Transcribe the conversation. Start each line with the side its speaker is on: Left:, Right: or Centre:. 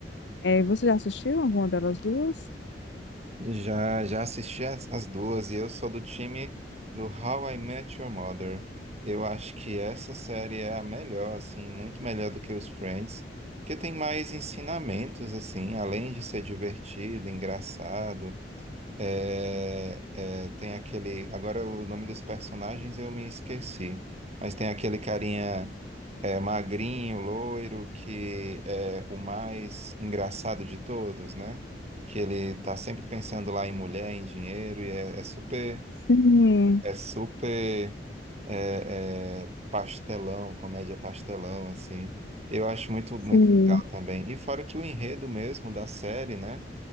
Left: É, você já assistiu alguma delas duas?
Right: Já, já assisti as, as duas e eu sou do time do How I Met Your Mother. Eu acho que essa série é a melhor, assim, muito melhor do que os Friends, porque tem mais ensinamentos, assim, além de ser divertido, engraçado. É, é, tem aquele. Agora o nome dos personagens eu me esqueci. Mas tem aquele carinha é, magrinho, loiro, que é o mais engraçado de todos, né? Que ele tá sempre pensando lá em mulher, em dinheiro, e é, é super,
Left: Sim,
Right: é super é, é, pastelão, comédia pastelão, assim. Eu acho muito, muito
Left: sim,
Right: legal também. E fora que o enredo mesmo da série, né?